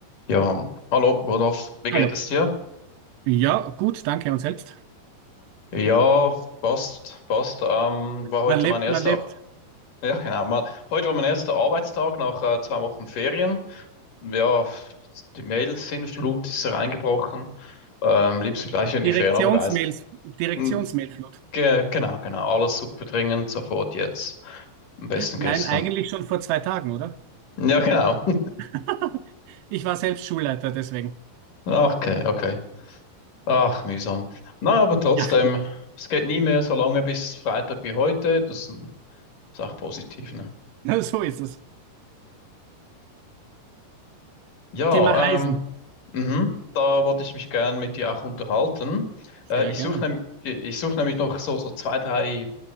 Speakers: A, on the left; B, on the right.
A: Ja, Hallo, Rudolf, wie
B: Hallo.
A: geht es dir?
B: Ja, gut, danke. Und selbst?
A: Ja, passt, passt. Ähm, war heute
B: Man lebt,
A: mein erster,
B: man lebt.
A: ja genau, mal, heute war mein erster Arbeitstag nach äh, zwei Wochen Ferien. Ja, die Mails sind Flut, ist reingebrochen. Ähm, liebsten gleich in die
B: Direktionsmails,
A: Ferien abreisen.
B: Direktionsmailflut.
A: Hm, Ge genau, genau, alles super dringend, sofort jetzt. Am besten
B: Nein,
A: gestern.
B: eigentlich schon vor zwei Tagen, oder?
A: Ja, genau. <laughs>
B: <laughs> Ich war selbst Schulleiter, deswegen.
A: Okay, okay. Ach, mühsam. Na, aber trotzdem,
B: Ja,
A: es geht nie mehr so lange bis Freitag wie heute. Das ist ein- ist auch positiv, ne?
B: <laughs> so ist es.
A: Ja,
B: Thema Reisen.
A: ähm, mhm, da wollte ich mich gern mit dir auch unterhalten.
B: Sehr
A: Äh, ich
B: gerne.
A: suche nämlich, ich suche nämlich noch so, so zwei, drei